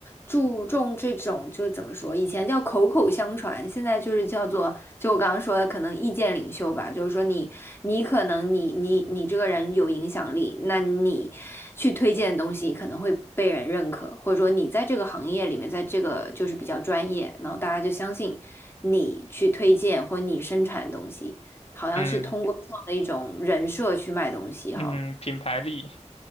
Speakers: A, on the left; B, on the left.
A: 注重这种，就怎么说，以前叫口口相传，现在就是叫做，就我刚刚说的，可能意见领袖吧，就是说你你可能你你你这个人有影响力，那你去推荐的东西可能会被人认可，或者说你在这个行业里面，在这个就是比较专业，然后大家就相信你去推荐或你生产的东西，好像是通过这样的一种人设去卖东西哈。
B: 嗯嗯，品牌力，